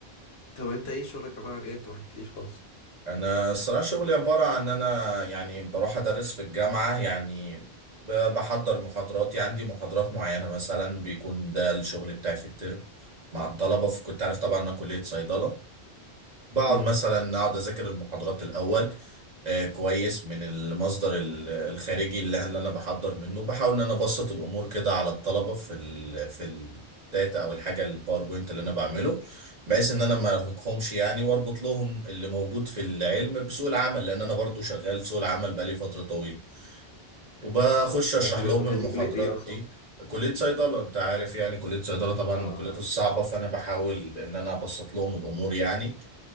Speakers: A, on the left (about 65°); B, on the right (about 45°).
A: طب انت ايه شغلك عبارة عن ايه انت ما حكيتليش خالص
B: انا الصراحه شغلي عباره عن ان انا يعني بروح ادرس في الجامعه يعني ب- بحضر محاضراتي عندي محاضرات معينه مثلا بيكون ده الشغل بتاعي في الترم مع الطلبه في كنت عارف طبعا انا كليه صيدله بقعد
A: امم
B: مثلا اقعد اذاكر المحاضرات الاول آه، كويس من المصدر ال- الخارجي اللي اللي انا بحضر منه بحاول ان انا ابسط الامور كده على الطلبه في ال في الداتا او الحاجه الباوربوينت اللي انا بعمله بحيث ان انا ما ارهقهمش يعني واربط لهم اللي موجود في العلم بسوق العمل لان انا برضو شغال في سوق العمل بقالي فتره طويله وبخش اشرح
A: ده حلو
B: لهم
A: طب
B: المحاضرات
A: هي دي آه، كلية ايه اصلا
B: دي كليه صيدله انت عارف يعني كليه صيدله طبعا
A: اه
B: من الكليات الصعبه فانا بحاول ان انا ابسط لهم الامور يعني